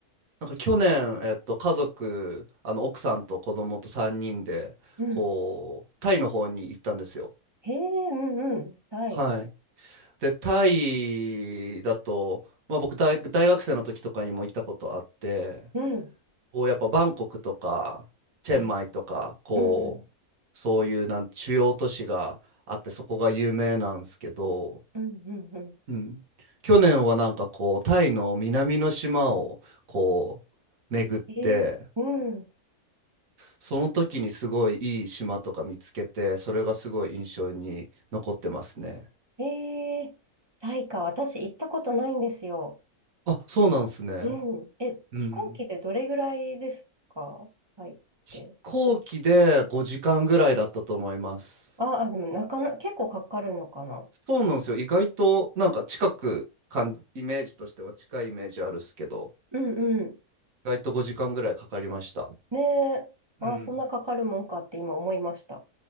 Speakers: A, on the right; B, on the right.
A: なんか去年、えっと、家族、あの、奥さんと子供と3人で、
B: うん。
A: こう、タイの方に行ったんですよ。
B: へえ、うんうん。はい。
A: はい。で、タイだと、まあ、僕大、大学生の時とかにも行ったことあって、
B: うん。
A: こうやっぱバンコクとかチェンマイとかこ
B: えうんうん。
A: うそういうなん主要都市があってそこが有名なんですけど、
B: うん、うん、うん。
A: うん、去年はなんかこうタイの南の島をこう巡って
B: えー、うん。
A: その時にすごいいい島とか見つけてそれがすごい印象に残ってますね。
B: えー、タイか。私行ったことないんですよ。
A: あ、そうなんですね。
B: うん。え、
A: うん。
B: 飛行機でどれぐらいですかタイって。
A: 飛行機で5時間ぐらいだったと思います。
B: あ、あ、でもなかな、結構かかるのかな。
A: そうなんですよ。意外となんか近くかん、イメージとしては近いイメージあるっすけど、
B: うんうん。
A: 意外と5時間ぐらいかかりました。
B: ねえ、ああ、
A: うん。
B: そんなかかるもんかって今思いました。